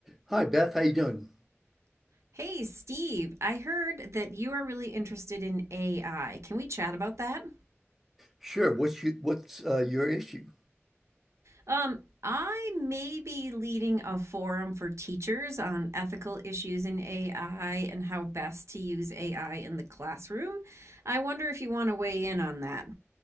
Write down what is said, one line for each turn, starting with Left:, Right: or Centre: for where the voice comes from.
Centre: Hi Beth, how you doing?
Right: Hey, Steve, I heard that you are really interested in AI. Can we chat about that?
Centre: Sure. What's you, what's uh, your issue?
Right: Um, I may be leading a forum for teachers on ethical issues in AI and how best to use AI in the classroom. I wonder if you want to weigh in on that.